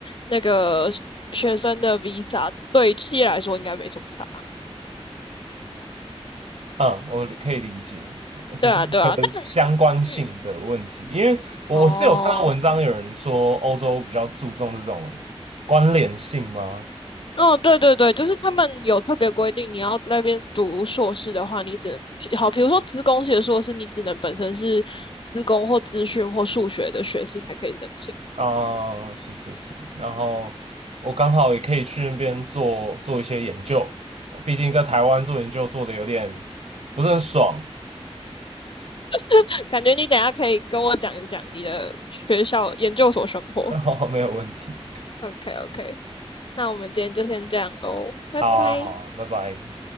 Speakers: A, on the left (about 50°); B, on the right (about 80°).
A: 那个学生的 visa，对企业来说应该没什么差。
B: 嗯，我理可以理解，我只是一个相关性的问题，
A: 对啊，对啊，但嗯，
B: 因为我是有看到文章有人说欧洲比较注重这种关联性吗？
A: 哦。嗯，对对对，就是他们有特别规定，你要那边读硕士的话，你只能好，比如说资工系的硕士，你只能本身是资工或资讯或数学的学士才可以申请。
B: 啊、是是是，然后我刚好也可以去那边做做一些研究，毕竟在台湾做研究做的有点不是很爽，
A: <laughs> 感觉你等一下可以跟我讲一讲你的学校研究所生活。
B: <laughs> 没有问题。
A: OK OK，那我们今天就先这样喽，
B: <laughs>
A: 拜拜。
B: 好啊，好啊，拜拜。